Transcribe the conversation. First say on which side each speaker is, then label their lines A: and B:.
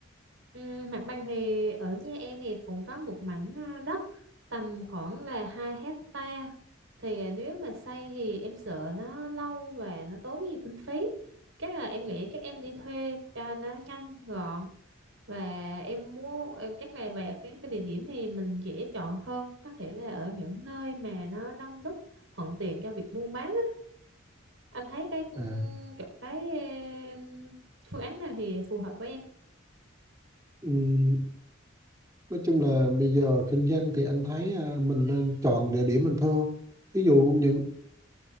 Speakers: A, on the right; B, on the right.
A: Ừ, mặt bằng thì ở nhà em thì cũng có một mảnh à, đất tầm khoảng là hai hecta thì à, nếu mà xây thì em sợ nó lâu và nó tốn nhiều kinh phí chắc là em nghĩ chắc em đi thuê cho nó nhanh gọn và em mua em chắc là về cái, cái địa điểm thì mình dễ chọn hơn có thể là ở những nơi mà nó đông đúc thuận tiện cho việc buôn bán á. Anh thấy cái ừ,
B: À,
A: chỗ cái ừ, phương án nào thì phù hợp với em
B: ừm, nói chung là bây giờ kinh doanh thì anh thấy ờ, mình nên chọn địa điểm mình thuê. Thí dụ những